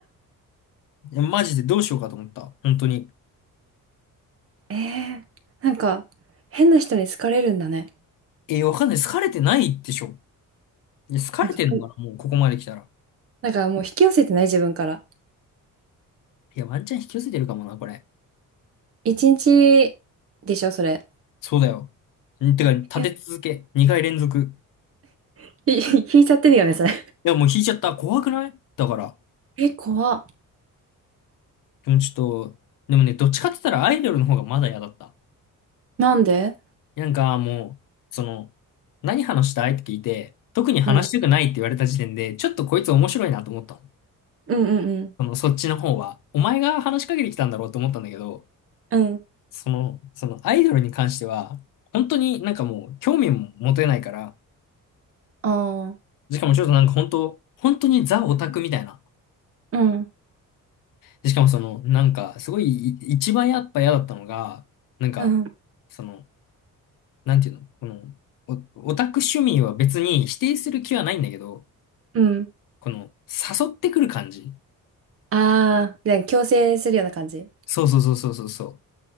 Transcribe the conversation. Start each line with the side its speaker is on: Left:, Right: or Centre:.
Left: いやマジでどうしようかと思った。本当に。
Right: えー、なんか、変な人に好かれるんだね。
Left: え、わかんない。好かれてないでしょ。いや、好かれてんのかなもうここまで来たら。
Right: なんか、となんかもう引き寄せてない自分から。
Left: いや、ワンチャン引き寄せてるかもな、これ。
Right: 一日でしょ、それ。
Left: そうだよ。んてか、立て続け。
Right: いや、い
Left: 2回連続。
Right: <laughs> 引いちゃってるよね、それ。
Left: いや、もう引いちゃった。怖くないだから。
Right: え、怖っ。
Left: でもちょっと、でもね、どっちかって言ったらアイドルの方がまだ嫌だった。
Right: なんで
Left: なんかもう、その、何話したいって聞いて、特に話したくないって言われた時点で、
Right: うん。
Left: ちょっとこいつ面白いなと思ったの。
Right: うんうん
Left: その、そっちの方は。お前が話しかけてきたんだろうと思ったんだけど、
Right: うん。うん。
Left: その、そのアイドルに関しては、本当になんかもう興味も持てないから、
Right: ああ
Left: しかもちょっとなんか本当、本当にザオタクみたいな。
Right: うん、
Left: でしかもその、なんかすごいい一番やっぱ嫌だったのが、なんか、
Right: うん。
Left: その、なんていうの、この、おオタク趣味は別に否定する気はないんだけど、
Right: うん。
Left: この、誘ってくる感じ。
Right: ああ、で、強制するような感じ。
Left: そうそうそうそうそうそう。